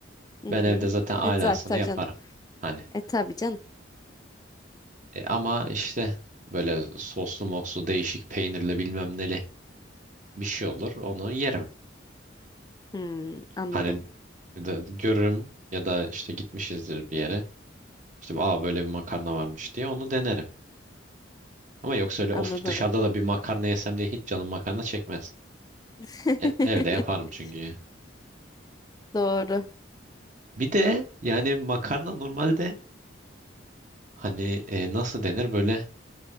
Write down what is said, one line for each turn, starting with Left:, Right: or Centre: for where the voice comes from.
Left: hı
Right: Ben
Left: hı.
Right: evde zaten alasını
Left: Evet zaten tabii
Right: yaparım.
Left: canım.
Right: Hani.
Left: E tabii canım.
Right: E, ama işte böyle soslu mokslu değişik peynirli bilmem neli bir şey olur. Onu yerim.
Left: Hmm, anladım.
Right: Hani de görürüm ya da işte gitmişizdir bir yere. İşte aa böyle bir makarna varmış diye onu denerim. Ama yoksa öyle
Left: Anladım.
Right: of dışarıda da bir makarna yesem diye hiç canım makarna çekmez.
Left: <laughs>
Right: E, evde yaparım çünkü.
Left: Doğru.
Right: Bir de yani makarna normalde hani e, nasıl denir böyle